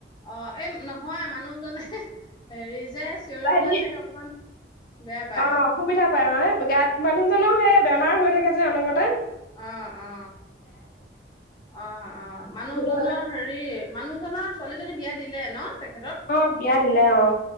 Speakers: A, on the left (about 25°); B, on the left (about 55°).
A: অ এই নহয় মানুহজনে হেৰি যে চিঞৰিবলৈ
B: বজাই দিয়ে
A: চাগে অকমান বেয়া পায়
B: অ অসুবিধা পায় ন গাত মানুহজনৰও সে বেমাৰ হৈ থাকে যে অনমতে
A: অ অ অ অ মানুহজনৰ
B: সেইটো কাৰণে
A: হেৰি মানুহজনৰ ছোৱালীজনী বিয়াত দিলে ন তাক
B: অ বিয়া দিলে অ